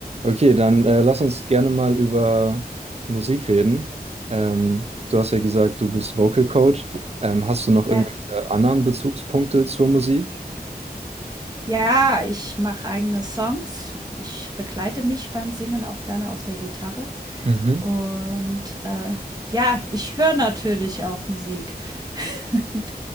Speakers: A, on the right; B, on the right.
A: Okay, dann äh, lass uns gerne mal über Musik reden. Ähm, du hast ja gesagt, du bist Vocal Coach. Ähm, hast du noch irgendwelche
B: Ja,
A: anderen Bezugspunkte zur Musik?
B: ja, ich mache eigene Songs. Ich begleite mich beim Singen auch gerne auf der Gitarre.
A: Mhm.
B: Und äh, ja, ich höre natürlich auch Musik. <laughs>